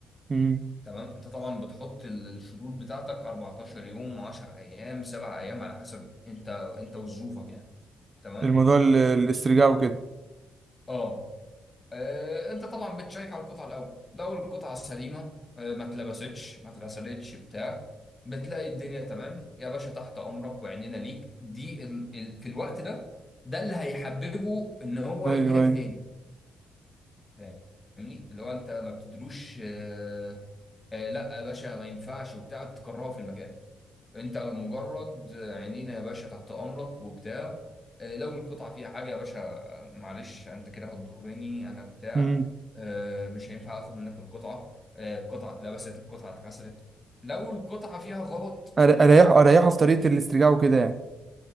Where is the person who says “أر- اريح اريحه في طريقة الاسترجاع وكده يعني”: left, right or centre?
Right